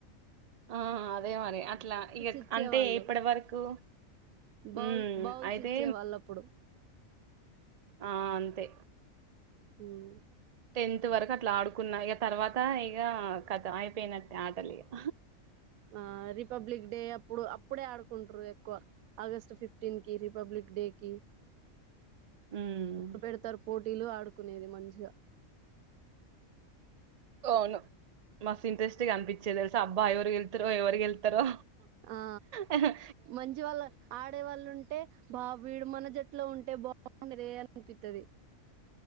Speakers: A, on the right; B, on the right.
A: ఆ అదే మరి అట్లా ఇగ
B: ఇచ్చేవాళ్ళు
A: అంటే ఇప్పడ వరకు
B: బౌల్
A: మ్మ్
B: బౌల్స్
A: అయితే
B: ఇచ్చే వాళ్ళప్పుడు
A: ఆ అంతే
B: ఊమ్
A: టెన్త్ వరకు అట్లా ఆడుకున్న ఇగ తర్వాత ఇగ ఖతం అయిపోయినట్టే ఆటలు ఇగా
B: ఆ రిపబ్లిక్ డే అప్పుడు అప్పుడే ఆడుకుంట్రు ఎక్కువ ఆగస్ట్ ఫిఫ్టీన్కి రిపబ్లిక్ డి కి
A: మ్మ్
B: రు పెడ్తారు పోటీలు ఆడుకునేది మంచిగా
A: అవును మస్త్ ఇంట్రెస్ట్ గా కనిపించేది తెల్సా అబ్బా ఎవరుగెళ్తారో ఎవరిగెళ్తారో
B: ఆ
A: ఆ హ్
B: మంచి వాళ్ళ ఆడేవాళ్ళు ఉంటే బా వీడు మన జట్లో ఉంటే బా బవుండే దే అనిపిత్తది